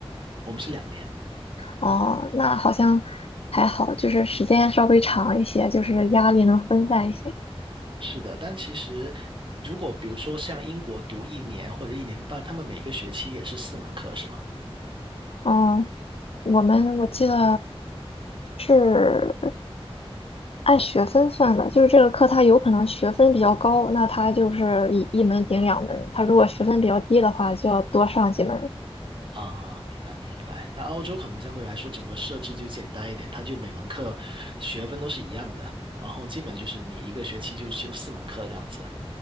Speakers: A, on the right (about 50°); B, on the left (about 65°).
A: 我们是两年。
B: 哦，那好像还好，就是时间稍微长一些，就是压力能分散一些。
A: 是的，但其实如果比如说像英国读一年或者一年半，他们每个学期也是四门课，是吗？
B: 哦，我们我记得是按学分算的，就是这个课它有可能学分比较高，那它就是一一门顶两门；它如果学分比较低的话，就要多上几门。
A: 啊，明白明白。但澳洲可能相对来说整个设置就简单一点，它就每门课学分都是一样的，然后基本就是你一个学期就修四门课这样子。